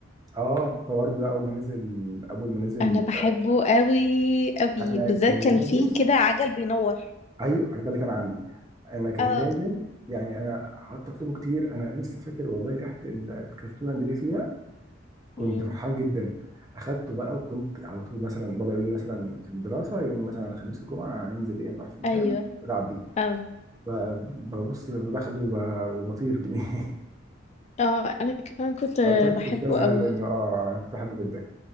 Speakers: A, on the right; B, on the left.
A: اه فبرضه ده اول ما نزل اول ما نزل
B: انا بحبه قوي قوي
A: انا
B: بالذات
A: كان
B: كان
A: لازم
B: فيه كده عجل بينور
A: ايوه ده اللي كان عندي انا كان
B: اه
A: لازم يعني انا قعدت اطلبه كتير انا لسه فاكر والله ريحه ال- الكرتونه اللي جه فيها كنت
B: مم.
A: فرحان جدا اخدته بقى وكنت على طول مثلا بابا يقول لي مثلا في الدراسه يوم مثلا الخميس والجمعه هننزل ايه نروح في مكان
B: ايوه
A: العب بيه
B: اه
A: ب- ببص باخده وب- وبطير بيه <laughs>
B: اه انا كمان كنت
A: ما كنتش
B: بحبه
A: بزهق
B: قوي
A: منه اه انا كنت بحبه جدا